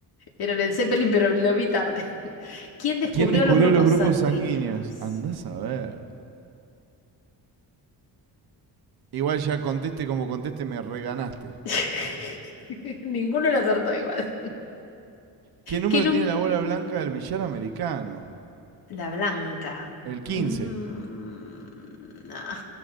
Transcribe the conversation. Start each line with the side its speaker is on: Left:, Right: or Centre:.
Left: Era en el Zeppelin, pero lo vi tarde. <laughs> ¿Quién descubrió
Right: ¿Quién descubrió
Left: los grupos
Right: los grupos
Left: sanguíneos?
Right: sanguíneos? Andás a ver. Igual ya conteste como conteste, me reganaste.
Left: <laughs> Ninguno le acertó igual.
Right: ¿Qué número
Left: ¿Qué, num-
Right: tiene la bola blanca del billar americano?
Left: La blanca.
Right: El
Left: Mm,
Right: 15.
Left: ah.